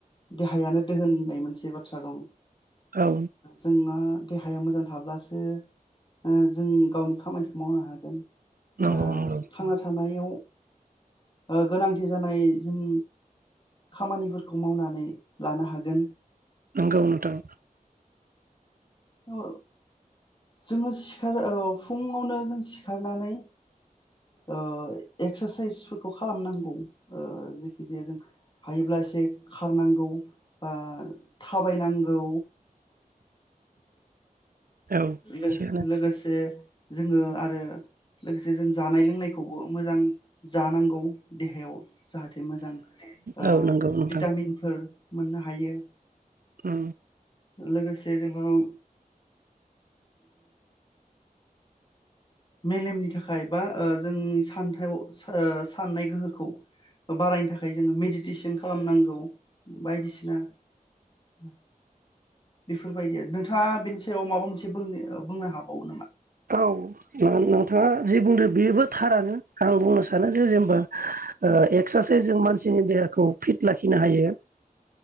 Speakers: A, on the left; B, on the right.
A: देहायानो दोहोन होननाय मोनसे बाथ्रा दं
B: औ
A: जोंना देहाया मोजां थाब्लासो ओ जों गावनि खामानिखौ मावनो हागोन
B: नंगौ
A: ओ
B: नंगौ
A: थांना थानायाव ओ गोनांथि जानाय जों खामानिफोरखौ मावनानै लानो हागोन
B: नंगौ नोंथां
A: औ जोङो सिखार ओ फुङावनो जों सिखारनानै ओ एक्सारसाइसफोरखौ खालामनांगौ ओ जखि जाया जों हायोब्ला एसे खारनांगौ बा थाबायनांगौ
B: औ
A: लो
B: थिगानो
A: लोगोसे जोङो आरो लोगोसे जों जानाय लोंनायखौबो मोजां जानांगौ देहायाव जाहाथे मोजां ओ
B: औ नंगौ नोंथां
A: भिटामिनफोर मोननो हायो
B: औ
A: लोगोसे जोङो ओम मेलेमनि थाखाय बा ओ जोंनि सानथौ ओ साननाय गोहोखौ बारायनो थाखाय जोङो मेडिटेसन खालामनांगौ बायदिसिना ओम बेफोरबायदिआनो हा बेनि सायाव माबा मोनसे बुंनो बुंनो हाबावो नामा
B: औ नोंथाङा जि बुंदों बेबो थारानो आं बुंनो सानो जे जेनबा एक्सारसाइसजों मानसिनि देहाखौ फिट लाखिनो हायो